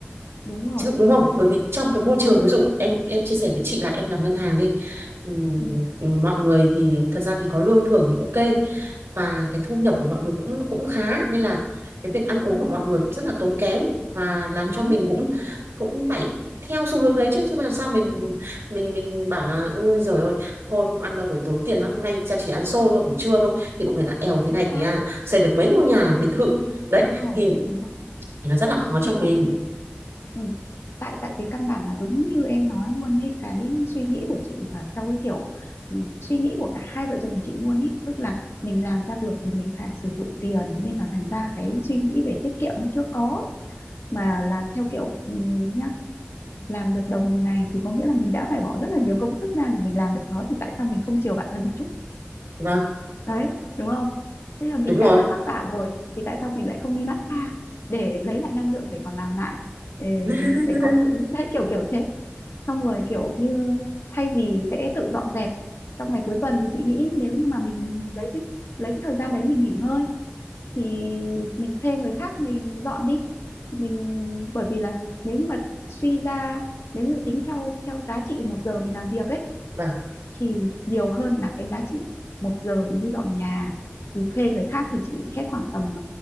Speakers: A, on the left (about 85°); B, on the right (about 85°).
A: đúng rồi
B: chứ đúng không bởi vì trong cái môi
A: đúng
B: trường
A: đúng
B: ví dụ em em chia sẻ với chị là em làm ngân hàng đi Ừm,
A: ừ,
B: mọi người thì thật ra thì có lương thưởng thì ok và cái thu nhập của mọi người cũng cũng khá nên là cái việc ăn uống của mọi người cũng rất là tốn kém và làm
A: đúng
B: cho mình cũng cũng phải theo xu hướng đấy chứ chứ mà làm sao mình mình mình bảo là ui giời ơi thôi không ăn đâu phải tốn tiền lắm hôm nay cha chỉ ăn xôi thôi buổi trưa thôi thì mọi người là èo thế
A: chính
B: này
A: xác
B: thì à, xây được mấy ngôi nhà biệt thự đấy
A: đúng rồi
B: thì
A: đúng rồi
B: thì nó rất là khó cho
A: chị
B: mình
A: cũng thế ừ. tại tại vì căn bản là đúng như em nói luôn ấy cái suy nghĩ của chị là theo cái kiểu ừ, suy nghĩ của cả hai vợ chồng chị luôn ấy tức là mình làm ra được thì mình phải sử dụng tiền nên là thành ra cái suy nghĩ về tiết kiệm nó chưa có mà là theo kiểu ừ, nhá làm được đồng này thì có nghĩa là mình đã phải bỏ rất là nhiều công sức ra để mình làm được nó thì tại sao mình không chiều bản thân một chút
B: vâng
A: đấy đúng không thế là mình
B: đúng rồi
A: đã rất vất vả rồi thì tại sao mình lại không đi massage để lấy lại năng lượng để còn làm lại để,
B: <laughs>
A: để có thể đấy kiểu kiểu thế xong rồi kiểu như thay vì sẽ tự dọn dẹp trong ngày cuối tuần thì chị nghĩ nếu như mà mình lấy cái lấy cái thời gian đấy mình nghỉ ngơi thì mình thuê người khác mình dọn đi mình bởi vì là nếu như mà suy ra nếu như tính theo theo giá trị một giờ mình làm việc ấy
B: vâng
A: thì nhiều hơn là cái giá trị một giờ mình đi dọn nhà thì thuê người khác thì chỉ hết khoảng tầm